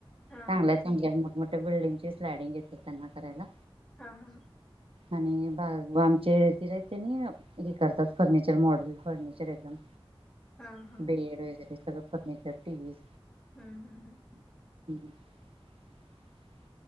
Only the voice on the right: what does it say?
चांगल्या
चांगल्या मोठ्या बिल्डिंगची स्लॅडिंग घेतात त्यांना करायला.
आणि बाबांचे दिर आहेत तेनी हे करतात फर्निचर मॉडेल फर्निचर एकदम
बेड वैगरे सगळ फर्नीचर टी. व्हीस
<inaudible>